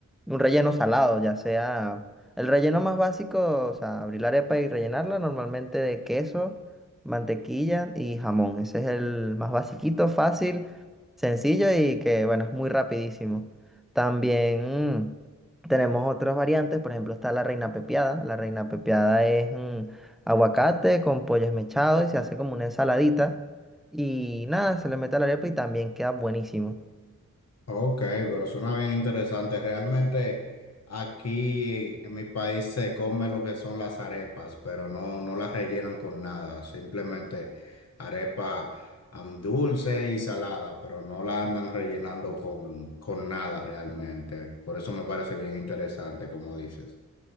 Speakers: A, in the centre; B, on the left (about 50°).
A: relleno salado, ya sea el relleno más básico, o sea, abrir la arepa y rellenarla normalmente de queso, mantequilla y jamón. Ese es el más basiquito, fácil, sencillo y que, bueno, es muy rapidísimo. También mm, tenemos otras variantes, por ejemplo, está la reina pepiada. La reina pepiada es mm, aguacate con pollo esmechado y se hace como una ensaladita. Y nada, se le mete a la arepa y también queda buenísimo.
B: Ok, pero suena bien interesante. Realmente aquí en mi país se come lo que son las arepas, pero no, no las rellenan con nada. Simplemente arepa am, dulce y salada, pero no la andan rellenando con, con nada realmente. Por eso me parece bien interesante, como dices.